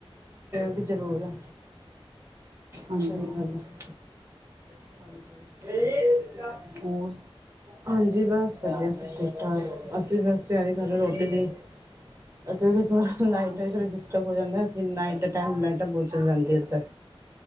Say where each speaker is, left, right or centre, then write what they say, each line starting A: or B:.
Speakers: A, on the right (about 25°); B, on the right (about 75°).
A: ਵੀ ਜ਼ਰੂਰ ਆ,
B: ਹਾਂਜੀ
A: ਸਈ ਗੱਲ ਆ। <unintelligible>
B: ਹੋਰ?
A: ਹਾਂਜੀ ਬਸ ਵਧੀਆ ਸ ਠੀਕ-ਠਾਕ ਅਸੀ ਬਸ ਤੇਆਰੀ ਕਰੇ ਰੇ ਰੋਟੀ
B: ਹਮ,
A: ਦੀ। ਐਤੇ ਦੀ ਥੋੜਾ ਲਾਈਟ
B: ਅੱਛਾ
A: ਡਿਸਟਰਬ
B: ਅੱਛਾ
A: ਹੋ ਜਾਂਦਾ ਐ, ਇਸ ਨਾਈਟ ਦੇ ਟਾਈਮ ਲਾਈਟਾਂ ਬੋਤ ਚਲਾਦੇ ਆ ਏਦਰ।